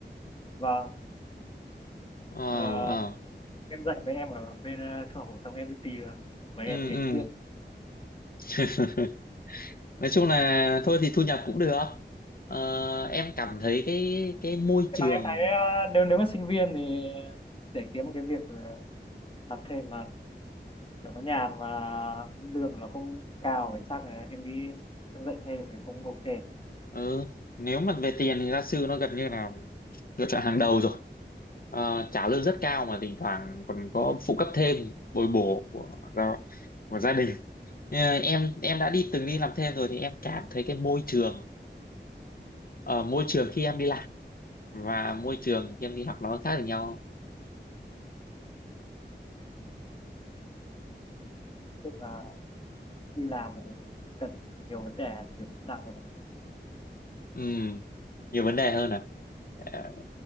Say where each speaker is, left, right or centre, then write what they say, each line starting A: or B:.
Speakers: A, on the left; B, on the left.
A: vâng
B: Ờ,
A: ờ,
B: ờ,
A: em dạy mấy em ở bên ờ, trung học phổ thông em đi tìm mấy
B: ừ,
A: em nghịch
B: ừ.
A: kia
B: <laughs> Nói chung là thôi thì thu nhập cũng được. Ờ, em cảm thấy cái cái môi
A: Nhưng
B: trường
A: mà em thấy ờ, nếu nếu mà sinh viên thì để kiếm một cái việc ờ, làm thêm mà kiểu nó nhàn và lương nó cũng cao thì chắc là em nghĩ em dạy thêm thì cũng ok
B: ờ, nếu mà về tiền thì gia sư nó gần như là lựa chọn hàng đầu rồi. Ờ, trả lương rất cao mà thỉnh thoảng còn có phụ cấp thêm bồi bổ của gia, của gia đình Ờ, em em đã đi từng đi làm thêm rồi thì em cảm thấy cái môi trường ờ, môi trường khi em đi làm và môi trường khi em đi học nó khác với nhau
A: tức là đi làm thì cần nhiều vấn đề nhiều kỹ năng rồi này
B: Ừm, nhiều vấn đề hơn à Ờ,